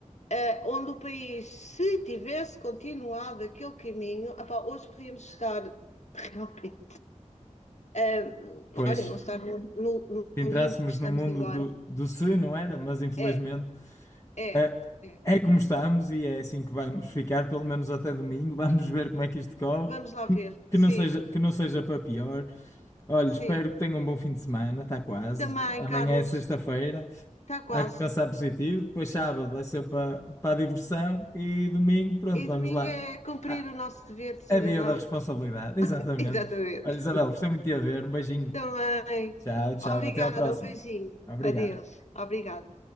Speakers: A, on the left; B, on the left.
A: eh, onde o país, se tivesse continuado aquele caminho, epá, hoje podíamos estar <laughs> realmente, eh,
B: Pois,
A: olha,
B: se
A: não estar no, no-
B: entrássemos
A: no limbo que estamos
B: no mundo
A: agora.
B: do, do se, não era? Mas infelizmente
A: É, é.
B: é,
A: é.
B: é como estamos e é assim que vamos ficar, pelo menos até domingo. <laughs> Vamos ver como é que isto corre.
A: Vamos lá
B: Que,
A: ver.
B: que
A: Sim,
B: não seja, que não seja para pior. Olha,
A: sim.
B: espero que tenham um bom fim de semana, está quase.
A: Também,
B: Amanhã
A: Carlos,
B: é sexta-feira,
A: está quase.
B: há que pensar positivo. Depois sábado vai ser para, para a diversão e domingo, pronto,
A: E
B: vamos
A: domingo
B: lá.
A: é cumprir
B: Ah,
A: o nosso dever de cidadão.
B: é dia da responsabilidade, exatamente.
A: <laughs> Exatamente.
B: Olha, Isabel, gostei muito de te ver. Um beijinho.
A: Também.
B: Tchau, tchau.
A: Obrigada,
B: Até a próxima.
A: um beijinho.
B: Obrigado.
A: Adeus. Obrigada.